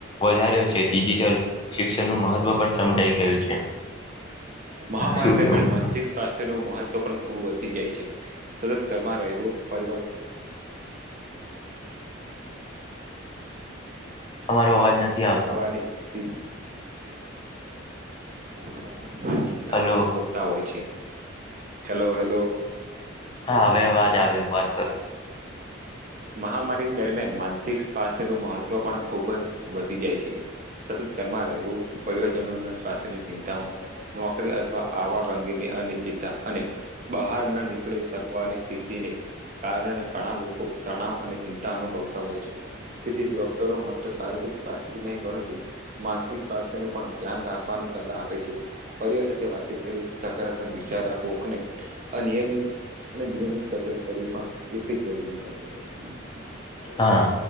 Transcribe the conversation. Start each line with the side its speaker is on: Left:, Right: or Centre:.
Left: વધાર્યો છે ડિજિટલ શિક્ષણનું મહત્ત્વ પણ સમજાઈ ગયું છે.
Right: મહામારી
Left: શું
Right: દરમિયાન
Left: કેવું
Right: માનસિક સ્વાસ્થ્ય ન મહત્વ પણ ખૂબ વધતી જાય છે સત ઘરમાં રેહુ પરિવારજન
Left: અમારો અવાજ
Right: <unintelligible>
Left: આવતો
Right: ગણા ચિંતા
Left: હલો
Right: અનુભવતા હોય છે હલો હલો.
Left: હા હવે અવાજ આવે વાત કરું
Right: મહામારી દરમિયાન માનસિક સ્વાસ્થ્ય નું મહત્વ પણ ખુબજ જાય છે સતત ઘરમાં રહેવું પરિવારજનો ના સ્વાસ્થ્યની ચિંતામાં નોકરી અથવા આવક અંગીરની અનિશ્ચતા અને બહાર ન નીકળી શકવાની સ્થિતિને કારણે ઘણા લોકો તણાવ અને ચિંતા અનુભવતા હોય છે તેથી ડોક્ટરોમાં શારીરિક સ્વાસ્થ્ય જ નહીં પરંતુ માનસિક સ્વાસ્થ્ય નું પણ ધ્યાન રાખવાની સલાહ આપે છે. પરિવાર સાથે વાતચીત કરી સકારાત્મક વિચાર રાખવો અને અનિયમિત અને નિયમિત કસરત કરવી પણ એટલી જરૂરી છે. <inaudible>
Left: હા